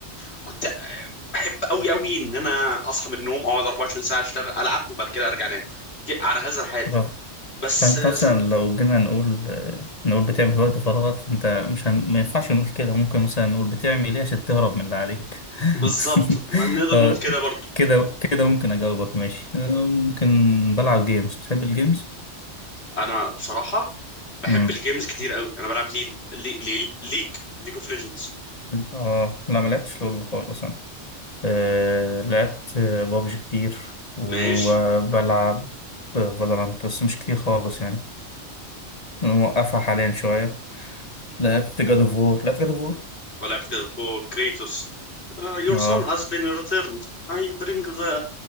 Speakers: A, on the left; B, on the left.
A: وكنت بحب قوي قوي ان انا اصحى من النوم اقعد 24 ساعه اشتغل العب وبعد كده ارجع انام ك- على هذا الحال
B: آه.
A: بس
B: فأنت
A: زي
B: مثلا
A: ما-
B: لو جينا نقول آه، نقول بتعمل في وقت فراغك فأنت مش هن... ما ينفعش نقول كده ممكن مثلا نقول بتعمل إيه عشان تهرب من اللي عليك
A: بالظبط
B: <laughs>
A: ما نقدر
B: آه،
A: نقول كده برضو
B: كده كده ممكن أجاوبك ماشي آه، ممكن بلعب جيمز بتحب الجيمز؟
A: انا بصراحه بحب
B: مم.
A: الجيمز
B: <laughs>
A: كتير قوي انا بلعب ليل لي- ليل ليج ليج اوف ليجندز
B: آه لا ما لعبتش لول خالص آه، لعبت بابجي كتير وبلعب
A: ماشي
B: فالورانت بس مش كتير خالص يعني موقفها حاليا شوية لعبت جاد اوف وور لعبت جاد اوف وور
A: ولعبت كده فوق كريتوس Uh, your
B: اه
A: son has been returned. I bring the